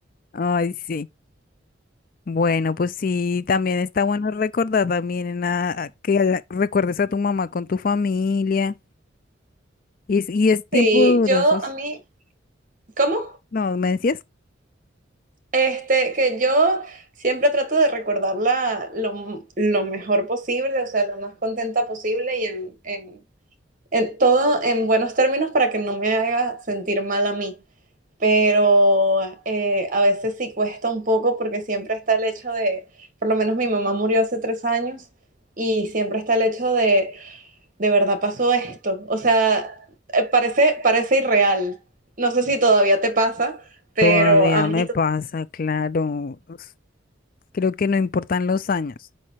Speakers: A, on the left (about 45°); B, on the right (about 45°).
A: Ay, sí. Bueno, pues sí, también está bueno recordar también a, a que haga- recuerdes a tu mamá con tu familia. Y, es- y es tiempo
B: Sí,
A: durosos.
B: yo a mí, ¿cómo?
A: No, ¿me decías?
B: Este, que yo siempre trato de recordarla lo, lo mejor posible, o sea, lo más contenta posible y en, en, en todo en buenos términos para que no me haga sentir mal a mí. Pero eh, a veces sí cuesta un poco porque siempre está el hecho de, por lo menos mi mamá murió hace tres años y siempre está el hecho de de verdad pasó esto. O sea, eh, parece, parece irreal. No sé si todavía te pasa, pero
A: Todavía
B: a mí
A: me
B: to-
A: pasa, claro. Us- Creo que no importan los años.